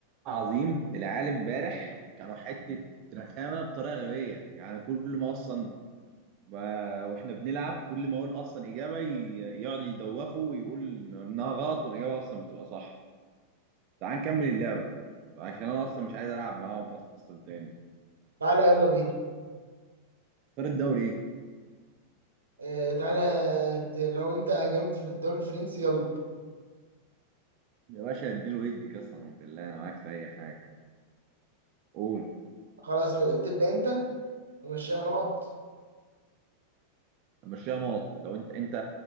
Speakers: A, on the right; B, on the right.
A: عظيم العالم امبارح كانوا حتة رخامة بطريقة غبية يعني كل ما أصلا ما واحنا بنلعب كل ما أقول أصلا إجابة ي- يقعد يدوخه ويقول إنها غلط والإجابة أصلا بتبقى صح تعال نكمل اللعبة عشان أنا أصلا مش عايز ألعب معاهم أصلا تاني
B: تعالى يلا بينا
A: اختار الدوري إيه
B: آه، تعالى د- لو انت جامد في الدوري الفرنسي يلا
A: يا باشا اديله يدي قسما بالله أنا معاك في أي حاجة قول
B: خلاص تبدأ انت امشيها نقط
A: مشيها نقط لو أنت أنت